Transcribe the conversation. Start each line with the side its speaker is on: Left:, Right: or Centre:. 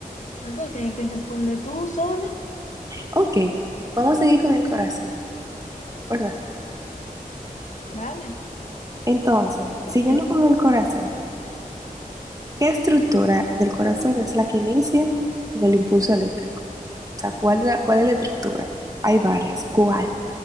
Left: No, pero tienes que responder tú sola.
Right: Ok, vamos a seguir con el corazón, ¿verdad?
Left: Dale,
Right: Entonces,
Left: como tú
Right: siguiendo
Left: quieras.
Right: con el corazón, ¿qué estructura del corazón es la que inicia con el impulso eléctrico? O sea, ¿cuál, la- cuál es la estructura? Hay varias. ¿Cuál?